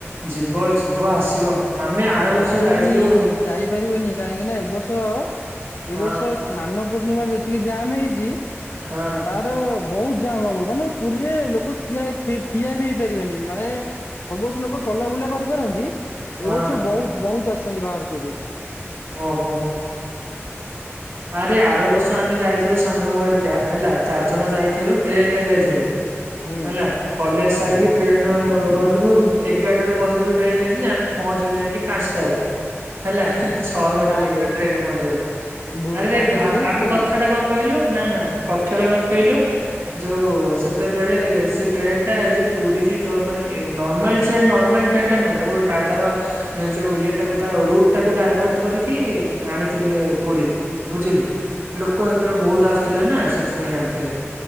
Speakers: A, on the right; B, on the left.
A: ଯିବ ଯିବ ଆସିବ। ଆମେ ଆର
B: ଜାଣିପାରିବନି
A: ବର୍ଷ ଯାଇଥିଲୁ
B: ଯାଇପାରିବନି କାହିଁକିନା ଏ ବର୍ଷ ଏ
A: ହଁ
B: ବର୍ଷ ସ୍ନାନ ପୂର୍ଣ୍ଣିମା ରୁ ଯେତିକି ଜାମ୍ ହେଇଚି
A: ହଁ।
B: ତାର ବହୁତ ଜାମ ହବ। ମାନେ ପୁରୀରେ ଲୋକ ଠିଆ ଇ ଠିଆ ବି ହେଇପାରିବେନି ମାନେ ସବୁ ବର୍ଷ ଲୋକ ଚଲା ବୁଲା କରିପାରନ୍ତି ଏ
A: ହଁ
B: ବର୍ଷ ବହୁତ ବହୁତ ଆସିଛନ୍ତି ବାହାର ଟୁ ବି।
A: ଓହୋ। ଆରେ ଆର ବର୍ଷ ଆମେ ଯାଇଥିଲୁ ସାଙ୍ଗ ହେରିକା ହେଲା ଚାରିଜଣ ଯାଇଥିଲୁ ଟ୍ରେନରେ ଯାଇଥିଲୁ।
B: ହୁଁ।
A: ହେଲା କଲେଜ ସାରିକି ଟ୍ରେନରେ ଗଲୁ ଏଗାରଟାରୁ ବସିଲୁ ଟ୍ରେନ ଯେ ଆମେ ପହଞ୍ଚିଲୁ ଯାଇକି। ପାଞ୍ଚ୍ ଟା ରେ ହେଲା ଛଅ
B: ମାନେ
A: ଘଣ୍ଟା
B: ଭାବେ
A: ଲାଗିଲା ଟ୍ରେନରେ ପହଞ୍ଚିବାକୁ।
B: ହେଁ
A: ଆରେ
B: କଟକରୁ
A: ଭା ଆବେ
B: ପୁରୀ
A: କଥା ଟା କଣ କହିଲୁ ନା ନା କଥା ଟା କଣ କହିଲୁ ଯୋଉ ସେତେବେଳେ ସେ ଟ୍ରେନ୍ ଟା ଏ ଯୋଉ ପୁରୀ ଯୋଉ ମାନେ ନର୍ମାଲ ସେ ନର୍ମାଲ ଟ୍ରେନ ଟା ନୁହେଁ ତାକୁ ଟା ତାର ନା ଯୋଉ ଇଏ ଟାକୁ ତା ରୁଟ୍ ଟାକୁ ଡାଇଭର୍ଟ କରିକି ଆଣିଥିଲେ ପୁରୀକୁ। ବୁଝିଲୁ
B: ଓହୋ
A: ଲୋକ ହେତେବେଳେ ବହୁତ ଆସୁଥିଲେ ନା ସେଥିପାଇଁ ଆଣିଥିଲେ।